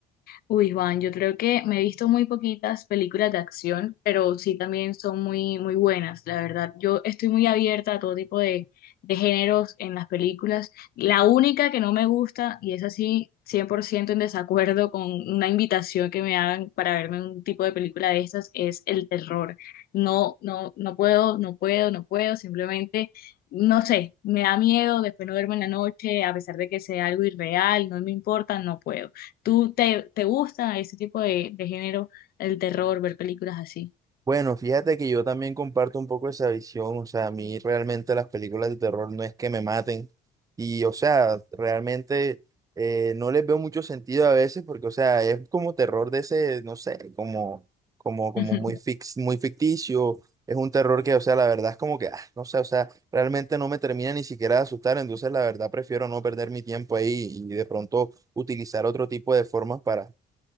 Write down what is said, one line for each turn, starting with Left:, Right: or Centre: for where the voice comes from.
Left: Uy, Juan, yo creo que me he visto muy poquitas películas de acción, pero sí también son muy, muy buenas, la verdad. Yo estoy muy abierta a todo tipo de, de géneros en las películas. La única que no me gusta, y es así 100% en desacuerdo con una invitación que me hagan para verme un tipo de película de estas, es el terror. No, no, no puedo, no puedo, no puedo, simplemente... No sé, me da miedo después no verme en la noche, a pesar de que sea algo irreal, no me importa, no puedo. ¿Tú te, te gusta ese tipo de, de género, el terror, ver películas así?
Right: Bueno, fíjate que yo también comparto un poco esa visión, o sea, a mí realmente las películas de terror no es que me maten y, o sea, realmente eh, no les veo mucho sentido a veces porque, o sea, es como terror de ese, no sé, como, como, como
Left: <laughs>
Right: muy fix, muy ficticio, es un terror que, o sea, la verdad es como que, ah, no sé, o sea, realmente no me termina ni siquiera de asustar, entonces la verdad prefiero no perder mi tiempo ahí y de pronto utilizar otro tipo de formas para